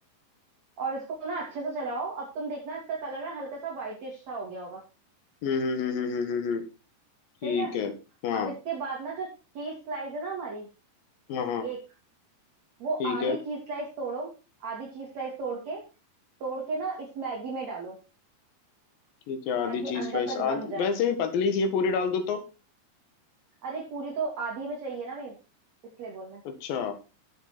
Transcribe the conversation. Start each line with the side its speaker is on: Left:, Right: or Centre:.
Right: और इसको ना अच्छे से चलाओ अब तुम देखना इसका कलर ना हल्का सा व्हाइटिश सा हो गया होगा
Left: हम्म हम्म हम्म हम्म हम्म हम्म, हम्म। ठीक
Right: ठीक है
Left: है हाँ
Right: अब इसके बाद ना जो चीज स्लाइस है ना हमारी
Left: हाँ हाँ
Right: एक वो
Left: ठीक
Right: आधी
Left: है
Right: चीज स्लाइस तोड़ो आधी चीज स्लाइस तोड़ के तोड़ के ना इस मैगी में डालो
Left: ठीक है आधी
Right: ताकि
Left: चीज
Right: अंदर
Left: स्लाइस
Right: तक रम
Left: आधी
Right: जाए
Left: वैसे ही पतली सी है पूरी डाल दो तो
Right: अरे पूरी तो आधी में चाहिए ना अभी इसलिए बोल रहे हैं
Left: अच्छा